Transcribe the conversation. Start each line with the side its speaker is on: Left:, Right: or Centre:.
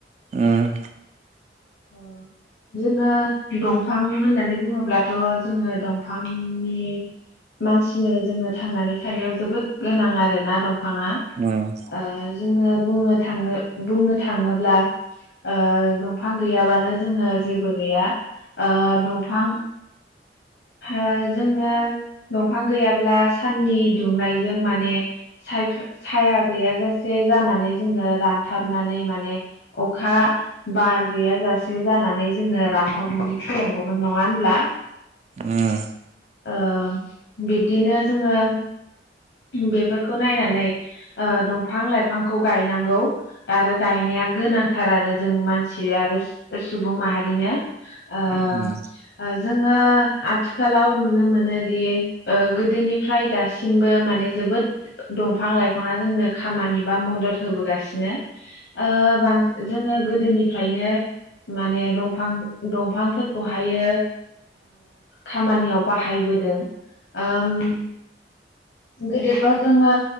Right: उम उम
Left: ओ जोङो दंफां होननानै बुङोब्लाथ जोङो दंफांनि मानसिनो जोङो थांनानै थानायाव जोबोद गोनां आरोना दंफां फाङा
Right: उम
Left: ओ‌ जोङो बुंनो‌ थाङोबा थांनो बुंनो थाङोब्ला ओ बिफां गैयाबानो जोङो जेबो गैया ओ दंफां ओ‌ जोङो दंफां गैयाब्ला साननि दुंनायजों माने साया गैयाजासे जानानै जोङो रानथाबनानै माने अखा बार गैयाजासे जानानै जोङो रानथाबनानै थैलांगौमोन नङा होनब्ला?
Right: उम।
Left: ओ बिब्दिनो जोङो बेफोरखौ नायनानै ओ‌ दंफां लाइफांखौ गायनांगौ आरो गायनाया गोनांथार आरो जों मानसि आरो सु सुबुं माहारिनो ओम
Right: उम
Left: ओ जों जोङो आथिखालाव नुनो मोनोदि ओ गोदोनिफ्राय दासिमबो माने बे जोबोद दंफां लाइफाङा जोंनो खामानि बा मदद होबोगासिनो ओ बांसिन जोङो गोदोनिफ्रायनो माने दंफां दंफां‌ फोरखौहायो खामानियाव बाहायबोदों ओम गोदोथ जोङो